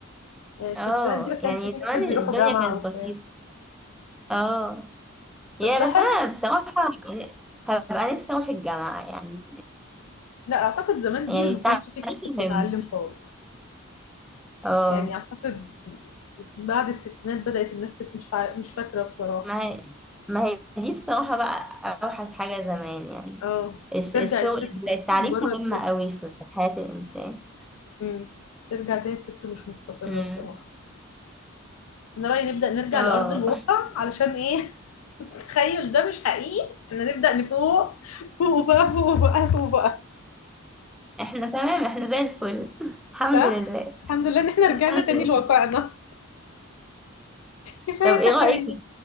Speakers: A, on the left; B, in the centre.
A: يعني الستات
B: اه
A: دي ما كانش
B: يعني
A: في
B: زمان
A: ستات بيروحوا
B: الدنيا
A: جامعة
B: كانت
A: وبتاع
B: بسيطة اه يعني
A: طب ده حلو
B: بس انا بصراحة يعني هبقى نفسي اروح الجامعة يعني
A: لا أعتقد زمان
B: يعني
A: دي اللي ما
B: التعليم
A: كانش في ست بتتعلم
B: مهم
A: خالص
B: اه
A: يعني أعتقد بعد الستينات بدأت الناس تت- مش فا... مش فاكرة بصراحة
B: ما هي ما هي دي بصراحة بقى اوحش حاجة زمان يعني
A: اه
B: الش-
A: هترجع
B: الشغل
A: الست تاني
B: التعليم
A: مجرد
B: مهم قوي في في حياة الانسان
A: مم. ترجع تاني الست مش مستقرة
B: امم
A: بصراحة أنا رأيي نبدأ نرجع
B: اه
A: لأرض الواقع علشان إيه <laughs> التخيل ده مش حقيقي إحنا نبدأ نفوق فوق بقى فوق بقى فوق بقى
B: <laughs> احنا تمام احنا زي الفل <laughs> الحمد
A: صح
B: لله
A: الحمد لله إن إحنا رجعنا
B: الحمد
A: تاني
B: لله
A: لواقعنا كفاية
B: طب ايه
A: تخيل
B: رأيك